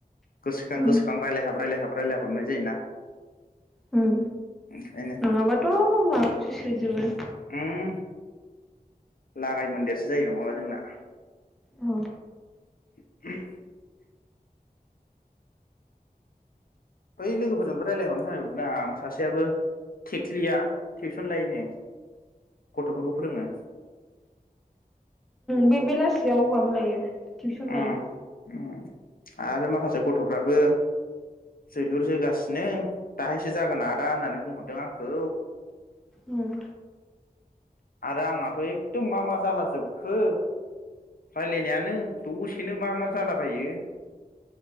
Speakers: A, on the left; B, in the centre.
A: गोसोखां
B: उम
A: गोसोखां रायलायहाब रायलायहाब रायलायहाबनाय जायोना
B: उम
A: ओंखायनो
B: नङाबाथ' <unintelligible> सोजोबो।
A: माबादों उम लागाय मोनदेरसो जायो नङाबा जोंना।
B: औ
A: <unintelligible> बै लोगोफोरजोंबो रायलायहरनो <unintelligible> दा सासेयाबो थेख्लिया टिउसन लायनो गथ'फोरखौ फोरोङो।
B: बे बेलासियाव माबा लायो टिउसन लायो
A: ओम ओम। आरो माखासे गथ'फ्राबो जोलुर जोगासिनो दाहायसो जागोन आदा होननानै बुंहरदों आंखौ
B: उम
A: आरो आंनाथ' एखदम मा मा जाला जोबखो रायलायनायानो। दसेनो मा मा जालाबायो।